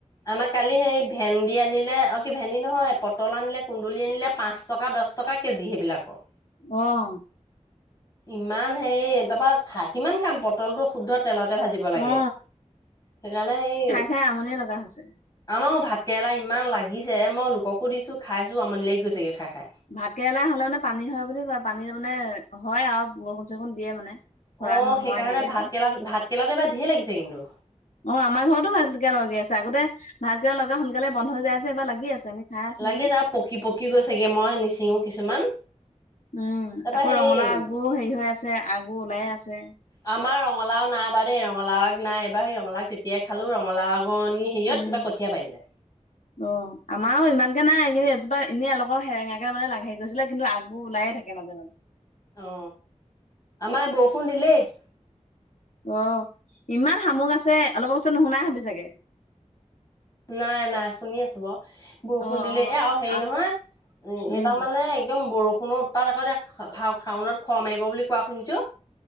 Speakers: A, on the left; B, on the left.
A: আমাৰ কালি সৃই ভেন্দি আনিলে অ কি ভেন্দি নহয় পটল আনিলে কুন্দুলি আনিলে পাঁচ টকা দহ টকা কেজি সেইবিলাকৰ।
B: অ'
A: ইমান হেৰি তাৰাপা কিমান খাম পটলটো শুদ্ধত তেলতে ভাজিব লাগে
B: অ
A: সেইকাৰণে সেই
B: হে আমনি লগা হৈছে।
A: আমাৰ ভাত কেৰেলা ইমান লাগিছে মই লোককো দিছো খাইছো আমনি লাগি গৈছেগে খাই খাই।
B: ভাতকেৰেলা হ'লে মানে পানী হয় বুলি কয় পানী মানে হয় আৰু বৰষুণ চৰষুণ দিয়ে মানে। খৰাং
A: অ
B: নহয়
A: সেইকাৰণে
B: এনেকে
A: ভাত
B: কয়
A: কেৰেলা ভাত কেৰেলাটো এবাৰ ঢেৰ লাগিছে কিন্তু।
B: অ আমাৰ ঘৰতো ভাতকেৰেলা লাগি আছে আগতে ভাতকেৰেলা লগা সোনকালে বন্ধ হৈ যাই যে এইবাৰ লাগি আছে। আমি খাই আছো
A: লাগে
B: নহয়
A: যা পকি পকি গৈচেগে মই নিচিঙো কিছুমান।
B: উম
A: তাৰপা
B: আকৌ
A: সেই
B: ৰঙালাও আগবোৰ হেৰি হৈ আছে আগবোৰ ওলাইে আছে।
A: আমাৰ ৰঙালাও নাই বা দেই ৰঙালাও আগ নাই এবাৰ সেই ৰঙালাও তেতিয়াই খালো ৰঙালাও আগনি হেৰিয়ত
B: উম
A: কিবা কঠীয়া পাৰিলে।
B: অ আমাৰো ইমানকে নাই কিন্তু এজোপা এনেই এলোকৰ সেৰেঙাকে লাগি গৈছিলে কিন্তু আগবোৰ ওলাইে থাকে। কে মাজে মাজে
A: অ আমাৰ বৰষুণ দিলেই।
B: অ ইমান শামুক আছে অলপ ওচৰত নুশুনাই হবি চাগে।
A: নাই নাই শুনি আছো বাৰু। বৰষুণ
B: অ
A: দিলে
B: অ
A: এই আৰু হেৰি
B: আহ
A: নহয়
B: উম
A: এইবাৰ মানে একদম বৰষুণত তাত আগতে শাওনত খৰ মাৰিব বুলি কোৱা শুনিছোঁ।